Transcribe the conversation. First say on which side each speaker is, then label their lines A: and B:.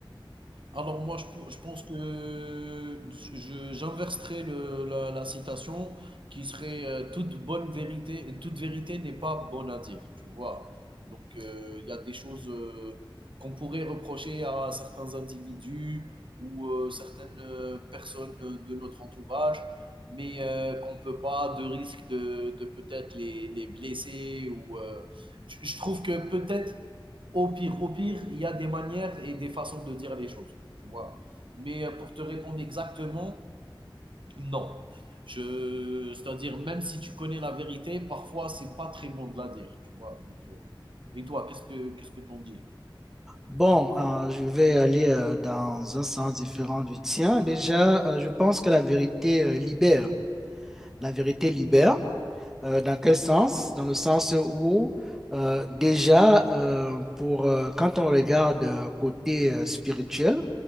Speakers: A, on the right; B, in the centre.
A: Alors moi, je, pou- je pense que je, j'inverserai le, la, la citation qui serait euh, toute bonne vérité, toute vérité n'est pas bonne à dire, tu vois. Donc euh, il y a des choses euh, qu'on pourrait reprocher à certains individus ou euh, certaines euh, personnes de notre entourage, mais euh, qu'on peut pas de risque de, de peut-être les, les blesser ou euh, je je trouve que peut-être au pire, au pire, il y a des manières et des façons de dire les choses, tu vois. Mais euh, pour te répondre exactement, non. Je, c'est-à-dire, même si tu connais la vérité, parfois, c'est pas très bon de la dire, tu vois. Donc, euh, et toi, qu'est-ce que, qu'est-ce que t'en dis?
B: Bon, euh, je vais aller euh, dans un sens différent du tien. Déjà, euh, je pense que la vérité euh, libère. La vérité libère. Euh, dans quel sens? Dans le sens où, euh, déjà, euh, pour, euh, quand on regarde euh, côté euh, spirituel,